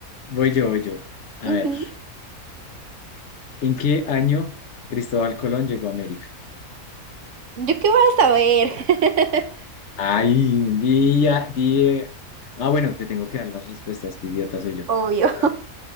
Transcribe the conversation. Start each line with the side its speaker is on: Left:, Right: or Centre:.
Left: voy yo, voy yo. A
Right: Ujú.
Left: ver, ¿en qué año Cristóbal Colón llegó a América?
Right: ¿Yo qué voy a saber? <laughs>
Left: Ay, día, día. Ah, bueno, te tengo que dar las respuestas, qué idiota soy yo.
Right: Obvio.
Left: Perdóname.